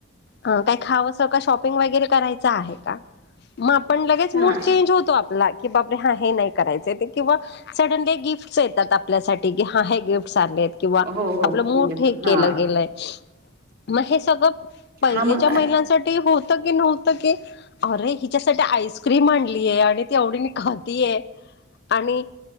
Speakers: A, on the left; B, on the right.
A: काय खावंस का शॉपिंग वगैरे करायचं चा आहे का? मग आपण लगेच मूड
B: हा
A: चेंज होतो आपला की बापरे हा हे नाही करायच ते किंवा सडनली गिफ्टस येतात आपल्यासाठी की हा हे गिफ्ट चालेल किंवा
B: हो हो
A: आपलं
B: म्हणजे
A: मूड ठीक
B: हा
A: केला गेलाय. मग हे सगळं. पहिलेच्या
B: हा मग
A: महिलांसाठी होत की नव्हत की अरे हिच्यासाठी आईस्क्रीम आणलीये आणि ती आवडीने खाती आहे आणि